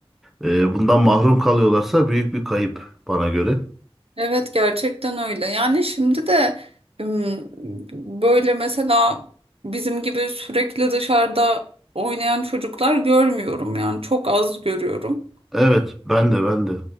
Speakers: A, in the centre; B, on the right.
A: e, bundan mahrum kalıyorlarsa büyük bir kayıp bana göre.
B: Evet gerçekten öyle. Yani şimdi de ım, böyle mesela bizim gibi sürekli dışarıda oynayan çocuklar görmüyorum yani çok az görüyorum.
A: Evet, ben de ben de.